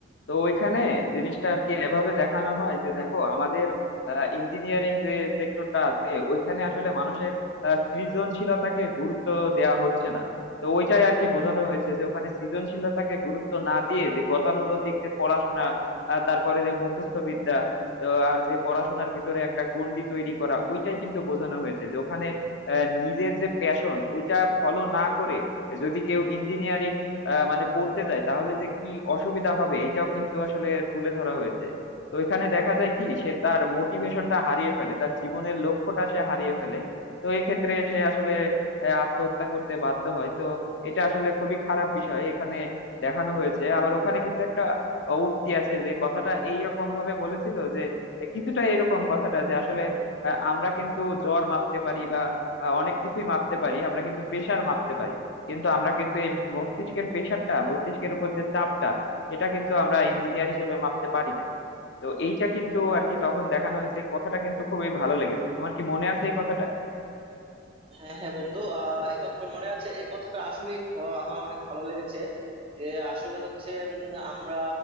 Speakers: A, on the left (about 65°); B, on the right (about 30°).
A: তো ওইখানে জিনিসটা আর কি এভাবে দেখানো হয় যে দেখো আমাদের ইঞ্জিনিয়ারিং যে সেক্টরটা আছে ওইখানে আসলে মানুষের আহ, সৃজনশীলতাকে গুরুত্ব দেওয়া হচ্ছে না তো ওইটাই আর কি বোঝানো হয়েছে যে ওখানে সৃজনশীলতাকে গুরুত্ব না দিয়ে যে গতানুগতিক যে পড়াশোনা আহ, তারপরে যে মুখস্থ বিদ্যা তো আর যে পড়াশোনার ভিতরে একটা গণ্ডি তৈরি করা ওইটাই কিন্তু বোঝানো হয়েছে যে ওখানে আহ, নিজের যে প্যাশন ওইটা ফলো না করে যদি কেউ ইঞ্জিনিয়ারিং আহ, মানে পড়তে যায় তাহলে যে কি অসুবিধা হবে এটাও কিন্তু আসলে তুলে ধরা হয়েছে তো এখানে দেখা যায় কি সে তার মোটিভেশনটা হারিয়ে ফেলে তার জীবনের লক্ষ্যটা সে হারিয়ে ফেলে তো এক্ষেত্রে সে আসলে আহ, আত্মহত্যা করতে বাধ্য হয় তো এটা আসলে খুবই খারাপ বিষয় এখানে দেখানো হয়েছে আবার ওখানে কিন্তু একটা আহ, উক্তি আছে যে কথাটা এইরকম ভাবে বলেছিল যে এ, কিছুটা এরকম কথাটা যে আসলে আহ, আমরা কিন্তু জ্বর মাপতে পারি বা আহ, অনেক কিছুই মাপতে পারি আমরা কিন্তু প্রেসার মাপতে পারি কিন্তু আমরা কিন্তু এই মস্তিষ্কের প্রেশারটা মস্তিষ্কের উপর যে চাপটা সেটা কিন্তু আমরা ইঞ্জিনিয়ার হিসেবে মাপতে পারি না তো এইটা কিন্তু আর কি তখন দেখানো হয়েছে কথাটা কিন্তু খুবই ভালো লেগেছে তোমার কি মনে আছে এই কথাটা
B: হ্যাঁ হ্যাঁ বন্ধু আহ একথা মনে আছে এই কথাটা আসলে আমার অনেক ভালো লেগেছে যে আসলে হচ্ছে উম, আমরা